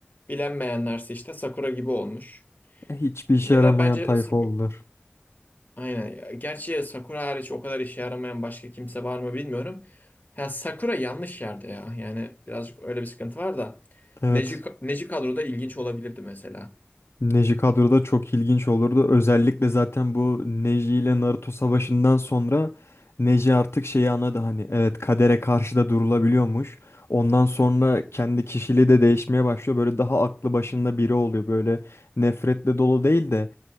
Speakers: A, on the left; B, on the left.
A: Bilenmeyenlerse işte Sakura gibi olmuş.
B: Hiçbir işe
A: Ya
B: yaramayan
A: da bence
B: tayfa
A: Sakura...
B: oldular.
A: Aynen. Gerçi Sakura hariç o kadar işe yaramayan başka kimse var mı bilmiyorum. Ya Sakura yanlış yerde ya. Yani birazcık öyle bir sıkıntı var da.
B: Evet.
A: Neji, Neji kadroda ilginç olabilirdi mesela.
B: Neji kadroda çok ilginç olurdu. Özellikle zaten bu Neji ile Naruto savaşından sonra Neji artık şeyi anladı hani evet kadere karşı da durulabiliyormuş. Ondan sonra kendi kişiliği de değişmeye başlıyor. Böyle daha aklı başında biri oluyor. Böyle nefretle dolu değil de